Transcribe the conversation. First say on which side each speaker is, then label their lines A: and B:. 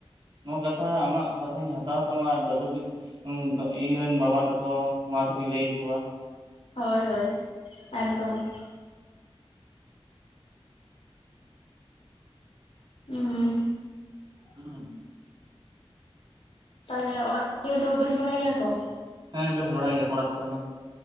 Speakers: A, on the right (about 50°); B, on the left (about 65°).
A: ᱱᱚᱣᱟ ᱠᱟᱛᱷᱟ ᱟᱢᱟᱜ ᱠᱟᱛᱷᱟᱧ ᱦᱟᱛᱟᱣ ᱛᱟᱢᱟ ᱟᱨ ᱫᱟᱫᱩ ᱠᱚ <unintelligible> ᱵᱟᱵᱟ ᱛᱟᱠᱚ ᱢᱟ ᱛᱚᱵᱮ ᱞᱟᱹᱭ ᱠᱚᱣᱟ
B: ᱦᱳᱭ ᱦᱳᱭ ᱮᱠᱫᱚᱢ ᱦᱩᱸ
A: ᱦᱩᱸ
B: ᱛᱟᱦᱚᱞᱮ ᱚᱲᱟᱜ ᱠᱚᱨᱮ ᱫᱚ ᱵᱮᱥ ᱵᱟᱲᱟ ᱜᱮᱭᱟ ᱠᱚ
A: ᱦᱮᱸ ᱵᱮᱥ ᱵᱟᱲᱟ ᱜᱮᱭᱟ ᱠᱚ ᱚᱲᱟᱜ ᱠᱚᱨᱮ ᱫᱚ